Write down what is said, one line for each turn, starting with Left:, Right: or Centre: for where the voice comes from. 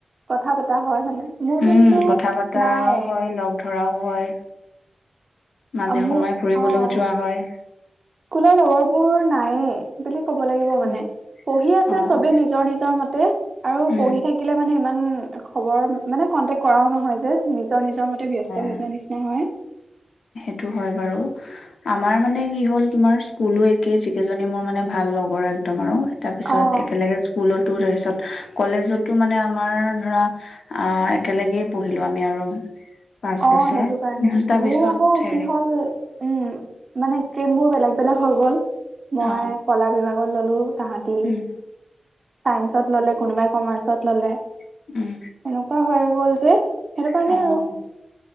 Right: কথা পতা হয় মানে মোৰ
Left: উম
Right: কিন্তু
Left: কথা পতাও
Right: নাই
Left: হয় লগ ধৰাও হয় মাজে
Right: অ মোৰ
Left: সময়ে ফুৰিবলৈও
Right: অ
Left: যোৱা
Right: স্কুলৰ
Left: হয়
Right: লগৰবোৰ নাই। হে দিলিকে ব লাগিব মানে
Left: উম,
Right: পঢ়ি আছে
Left: অ অ
Right: চবে নিজৰ নিজৰ মতে আৰু
Left: উম
Right: পঢ়ি থাকিলে মানে ইমান উম খবৰ মানে কন্টেক কৰাও নহয় যে নিজৰ নিজৰ মতে ব্যস্ত হৈ
Left: অ
Right: যোৱা নিচিনা হয়।
Left: সেইটো হয় বাৰু আমাৰ মানে কি হ'ল তোমাৰ স্কুলো একেই যিকেইজনী মোৰ মানে ভাল লগৰ একদম আৰু তাৰপিছত
Right: অ',
Left: একেলগে স্কুলতো তাৰিছ পিছত কলেজতো মানে আমাৰ ধৰা অ একেলগেই পঢ়িলো আমি আৰু পাঁচ
Right: অ
Left: বছৰ।
Right: সেইটো কাৰণে
Left: তাৰপিছত
Right: মোৰ আকৌ
Left: হেৰি
Right: কি হ'ল উম মানে ক্ৰ্ৰীমব বেগ বেলেগ হৈ গ'ল মই
Left: অ
Right: কলা বিমাগ বন ল'লোঁ তাহতি
Left: উম
Right: চাইন্সত ললে কোনোবাই কমাৰ্চত ল'লে
Left: উম
Right: এনেকুৱা হয় ক'ল যে সেইটো কাৰণেই
Left: উম
Right: আৰু
Left: অ